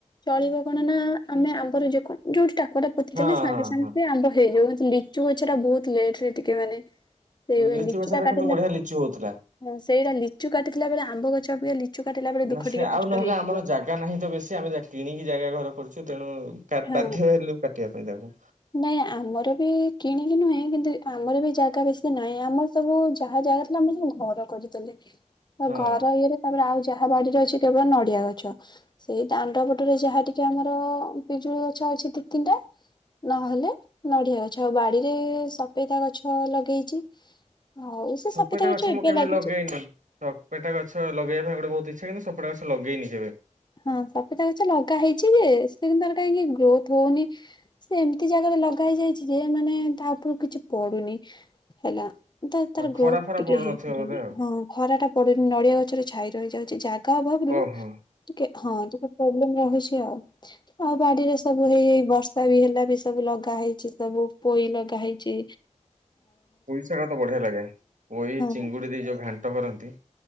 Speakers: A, on the left; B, on the right.
A: ଚଳିବ କଣ ନା, ଆମେ ଆମର ଯୋଉଠି ଟାକୁଆଟା ପୋତିଦେଲେ
B: ହଁ
A: ସାଙ୍ଗେ
B: ହଁ
A: ସାଙ୍ଗେ
B: ହଁ
A: ସେ ଆମ୍ବ ହେଇଯିବ, ଲିଚୁ ଗଛଟା ବୋହୁତ ଲେଟ ରେ ଟିକେ ମାନେ ସେଇ
B: ଲିଚୁ
A: ଲିଚୁଟା
B: ଗଛଟା
A: କାଟିଥିଲା,
B: କିନ୍ତୁ ବଢିଆ ଲିଚୁ ହଉଥିଲା।
A: ହଁ ସେଇଟା ଲିଚୁ କାଟିଥିଲା ବେଳେ ଆ ଆମ୍ବ ଗଛ ଅପେକ୍ଷା ଲିଚୁ କାଟିଲାବେଳେ
B: ନା
A: ଦୁଃଖ
B: ସେ
A: ଟିକେ
B: ଆଉ
A: କଷ୍ଟ
B: ନହେଲେ
A: ହେଇଥିବ।
B: ଆମର ଜାଗା ନାହିଁ ତ ବେଶି ଆମେ ଯା କିଣିକି ଜାଗା ଘର କରିଛୁ ତେଣୁ
A: ହଁ
B: ବାଧ୍ୟ ହେଲୁ କାଟିବା ପାଇଁ ତାକୁ
A: ନାଇଁ ଆମର ବି କିଣିକି ନୁହେଁ କିନ୍ତୁ ଆମର ବି ଜାଗା ବେଶୀ ନାହିଁ, ଆମ ସବୁ ଯାହା ଜାଗା ଥିଲା, ଆମର ସବୁ ଘର କରିଦେଲେ ଆଉ
B: ହଁ।
A: ଘର ଇଏରେ ତାପରେ ଆଉ ଯାହା ବାଡିରେ ଅଛି କେବଳ ନଡିଆ ଗଛ, ସେଇ ଦାଣ୍ଡ ପଟରେ ଯାହା ଟିକେ ଆମର ପିଜୁଳି ଗଛ ଅଛି ଦି ତିନିଟା ନହେଲେ ନଡିଆ ଗଛ ଆଉ ବାଡିରେ ସଫେଈତା ଗଛ ଲଗେଇଚି। ଆଉ ସେ
B: ସପେଟା
A: ସଫିତା ଗଛ
B: ମୁଁ
A: ଏବେ
B: କେବେ
A: ଲାଗିଛି
B: ଲଗେଇନି। ସପେଟା ଗଛ ଲଗେଇବା ପାଇଁ ଗୋଟେ ବହୁତ ଇଚ୍ଛା କିନ୍ତୁ ସେପଟା ଗଛ ଲଗେଇନି କେବେ।
A: ହଁ ସପେତା ଗଛ ଲଗା ହେଇଛି ଯେ ସେ କିନ୍ତୁ ତାର କାହିଁକି ଗ୍ରୋଥ ହଉନି। ସେ ଏମିତି ଜାଗାରେ ଲଗା ହେଇ ଯାଇଛି ଯେ ମାନେ ତା ଉପରୁ କିଛି ପଡୁନି ହେଲା। ତ ତାର
B: ଖରା
A: ଗ୍ରୋଥ
B: ଫରା
A: ଟିକେ
B: ପଡୁନଥିବ
A: ହେଇପାରେନି,
B: ବୋଧେ ଆଉ।
A: ହଁ ଖରା ଟା ପଡୁନି ନଡିଆ ଗଛରେ ଛାଇ ରହି ଯାଉଛି ଜାଗା ଅଭାବରୁ
B: ଓହୋ
A: ଟିକେ ହଁ ଟିକେ ପ୍ରୋବ୍ଲେମ ରହୁଛି ଆଉ ଆଉ ବାଡିରେ ସବୁ ହେଇ ଏଇ ବର୍ଷା ବି ହେଲା ବି ସବୁ ଲଗା ଲଗା ହେଇଚି ସବୁ, ପୋଇ ଲଗା ହେଇଚି।
B: ପୋଇସାଗ ତ ବଢିଆ ଲାଗେ, ପୋଇ
A: ହଁ
B: ଚିଙ୍ଗୁଡ଼ି ଦେଇ ଯୋଉ ଘାଣ୍ଟ କରନ୍ତି।